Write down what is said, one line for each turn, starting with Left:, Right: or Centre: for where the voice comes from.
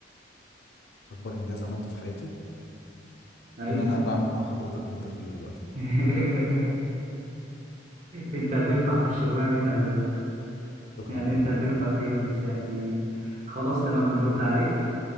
Left: اكبر انجاز عملته في حياتي
Right: اي
Left: ان انا بعمل مع حضرتك انترفيو دلوقتي يا
Right: <laughs>
Left: فندم
Right: انت هتنفع في الشغلانه دي خلي بالك
Left: شكرا
Right: يعني
Left: يا فندم
Right: انت هتنفع فيها بس يعني خلاص تمام هنرد عليك